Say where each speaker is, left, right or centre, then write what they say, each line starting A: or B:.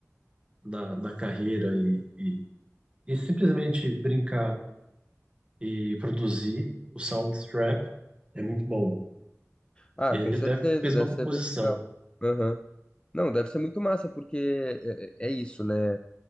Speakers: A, on the right; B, on the left.
A: na, na carreira e, e, e simplesmente brincar e produzir o Soundstrap. É muito bom.
B: Ah,
A: E
B: com
A: aí ele
B: certeza,
A: até fez
B: deve
A: uma composição.
B: ser bem legal. Aham. Não, deve ser muito massa, porque é, é- é isso, né?